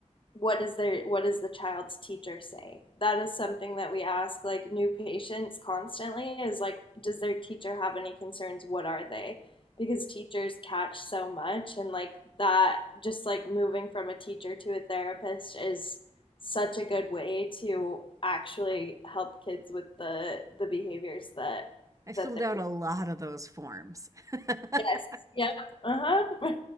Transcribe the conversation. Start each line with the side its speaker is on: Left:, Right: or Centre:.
Left: what is their what does the child's teacher say? That is something that we ask like new patients constantly is like does their teacher have any concerns? What are they? Because teachers catch so much and like that just like moving from a teacher to a therapist is such a good way to actually help kids with the the behaviors that
Right: I filled
Left: that they're
Right: out a lot of those forms. <laughs> but
Left: Yes. Yep. Uh-huh.